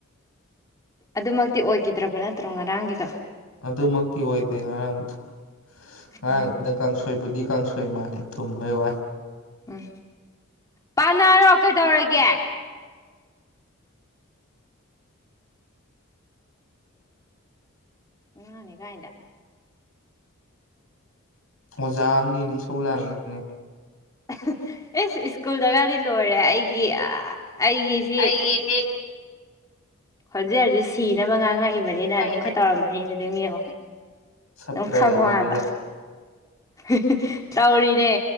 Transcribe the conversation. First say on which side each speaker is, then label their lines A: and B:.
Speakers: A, on the left; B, on the left.
A: ꯑꯗꯨꯃꯛꯇꯤ ꯑꯣꯏꯒꯤꯗ꯭ꯔꯕ ꯅꯠꯇ꯭ꯔꯣ ꯉꯔꯥꯡꯒꯤꯗꯣ
B: ꯑꯗꯨꯃꯛꯇꯤ ꯑꯣꯏꯗꯦ ꯉꯔꯥꯡꯗꯣ ꯉꯔꯥꯡꯗꯨꯅ
A: ꯎꯝ
B: ꯀꯥꯡꯁꯣꯏꯕꯨꯗꯤ ꯀꯥꯡꯁꯣꯏ ꯃꯥꯜꯂꯦ ꯊꯨꯝꯕꯩ ꯋꯥ
A: ꯎꯝ ꯄꯥꯟꯅꯔꯣ ꯀꯩꯗꯧꯔꯒꯦ ꯑꯉꯥꯡꯅꯦ ꯒꯥꯏꯅ
B: ꯑꯣꯖꯥꯝꯅꯦꯅ ꯏꯁꯧ ꯂꯥꯡꯉꯤꯅꯤꯅꯦ
A: <unintelligible> ꯏꯁ ꯁ꯭ꯀꯨꯜꯗꯒꯗꯤ ꯂꯣꯏꯔꯦ ꯑꯩꯒꯤ ꯑꯩꯒꯤꯁꯤ
B: ꯑꯩꯒꯤꯁꯦ
A: ꯈꯣꯟꯖꯦꯜꯖꯦ ꯁꯤꯅꯕ ꯉꯥꯡꯉꯛꯏꯕꯅꯤꯅ
B: ꯂꯩꯕꯅꯤ
A: ꯑꯗꯨꯝ ꯈꯔ ꯇꯧꯔꯝꯃꯅꯤ ꯑꯗꯨ ꯑꯗꯨꯝ ꯌꯦꯡꯉꯣ
B: ꯁꯞꯇ꯭ꯔꯒ
A: ꯑꯗꯨꯝ ꯈꯪꯉꯣꯕ
B: ꯇꯧꯔꯒ
A: ꯍꯥꯏꯕ <unintelligible> ꯇꯧꯔꯤꯅꯦ